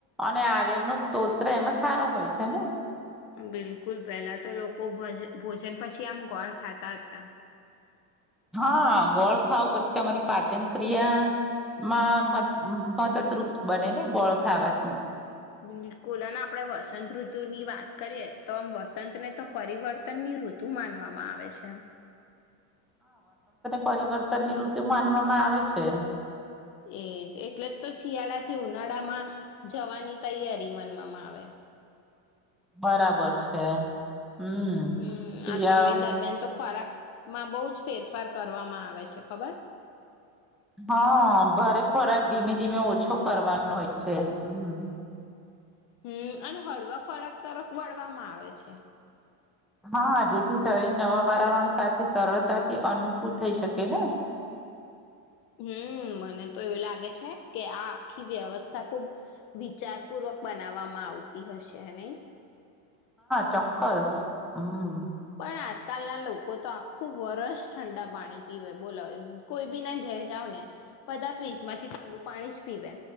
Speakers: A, in the centre; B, on the left.
A: અને આર્યન નો સ્તોત્ર એમાં સારો હોય છે ને
B: બિલકુલ પેલા તો લોકો ભોજન પછી આમ ગોળ ખાતા હતા
A: હા ગોળ ખાાવ પછી તમારી પાચન ક્રિયામાં મદદરૂપ બને ને ગોળ ખાવાથી
B: બિલકુલ અને આપણેે વસંત ઋતુની વાત કરીએ તો વસંત ને તો પરિવર્તનની ઋતુ માનવામાં આવે છે,
A: પરિવર્તન ની ઋતુ માનવામાં આવે છે,
B: એજ એટલે જ તો શિયાળા થી ઉનાળામાં જવાની તૈયારી માનવામાં આવે
A: બરાબર છે, હમ
B: હમ્મ
A: શિયાળો
B: આ સમય દરમિયાન તો ખોરાક માં બહુ જ ફેરફાર કરવામાં આવે છે ખબર?
A: હા, ભરે ખોરાક ધીમે ધીમે ઓછો કરવાનો હોય છે. હમ્મ
B: હમ અને હળવા ખોરાક તરફ વળવામાં આવે છે.
A: હા, જેથી શરીર નવા વાતાવરણ સાથે સરળતાથી અનુકૂળ થઈ શકે ને?
B: હમ્મ મને તો એવું લાગે છે, કે આ આખી વ્યવસ્થા ખુબ વિચાર પૂર્વક બનાવવામાં આવતી હશે નહી?
A: ચોક્કસ હા,
B: પણ આજકાલના લોકો તો આખું વરષ ઠંડા પાણી પીવે બોલો કોઈ બી ના ઘેર જાવ ને બધા ફ્રીજમાંથી ઠંડુ પાણી જ પીવે